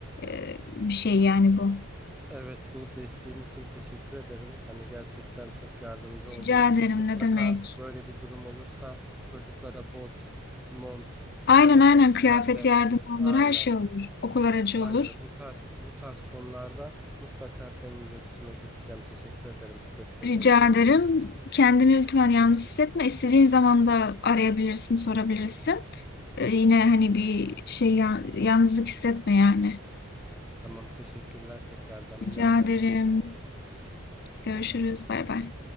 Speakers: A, on the left; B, in the centre.
A: e, bir şey yani bu.
B: Evet, bu desteğin için teşekkür ederim. Hani gerçekten çok yardımcı
A: Rica
B: oldun.
A: ederim
B: Mutlaka
A: ne demek.
B: böyle bir durum olursa çocuklara bot, mont,
A: Aynen
B: telefon,
A: aynen kıyafet
B: tablet,
A: yardımı
B: aynen,
A: olur, her şey olur. Okul aracı
B: aynen
A: olur.
B: bu tarz bu tarz konularda mutlaka seninle iletişime geçeceğim. Teşekkür ederim destek
A: Rica
B: olduğun
A: ederim.
B: için.
A: Kendini lütfen yalnız hissetme. İstediğin zaman da arayabilirsin, sorabilirsin. Ee, yine
B: Hı hı.
A: hani bir şey ya- yalnızlık hissetme yani.
B: Tamam, teşekkürler tekrardan.
A: Rica
B: Yine haberleşelim.
A: ederim. Görüşürüz.
B: Hoşça kal.
A: Bay bay.